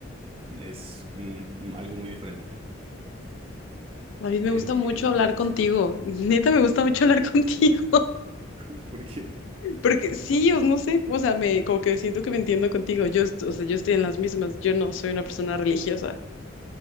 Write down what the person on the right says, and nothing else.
es muy- algo muy diferente
en
mi,
en mi
creencia.
<laughs> Porque,